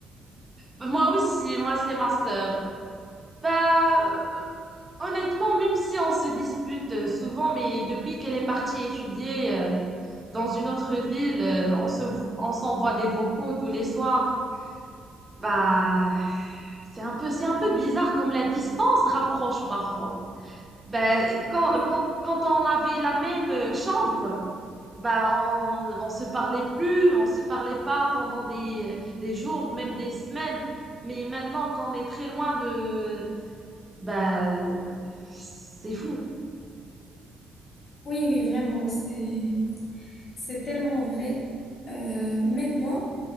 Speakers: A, on the right; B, on the left.
A: Moi aussi, moi, c'est ma sœur. Bah, euh, honnêtement, même si on se dispute euh, souvent, mais depuis qu'elle est partie étudier euh, dans une autre ville, euh, on se, vo- on s'envoie des vocaux tous les soirs. Bah, c'est un peu, c'est un peu bizarre comme la distance rapproche parfois. Bah, quand,
B: Oui,
A: quand, quand on avait la même euh, chambre, bah, on, on se parlait plus, on se parlait pas pendant des, des jours, même des semaines. Mais maintenant qu'on est très loin de bah, c'est fou.
B: oui, oui, vraiment. C'est, c'est tellement vrai. Euh, même moi,